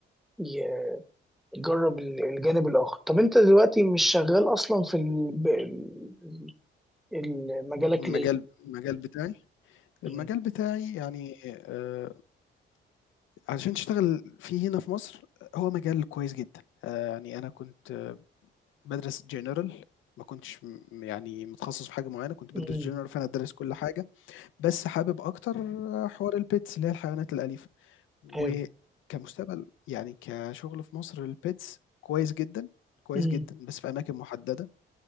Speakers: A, in the centre; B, on the left.
A: ي... جرب ال- الجانب الآخر طب أنت دلوقتي مش شغال أصلا في ال... ب- ال- مجالك
B: المجال
A: ليه؟
B: المجال بتاعي المجال
A: مم.
B: بتاعي يعني آآ علشان تشتغل فيه هنا في مصر، آه، هو مجال كويس جدًا، آآ يعني أنا كنت بادرس general ما كنتش م يعني متخصص في حاجة معيّنة، كنت
A: مم.
B: بادرس general فأنا دارس كل حاجة، بس حابب أكتر حوار الpets اللي هي الحيوانات الأليفة، وكمستقبل
A: حلو
B: يعني كشغل في مصر الpets كويس جدًا، كويس
A: مم.
B: جدًا، بس في أماكن محددة،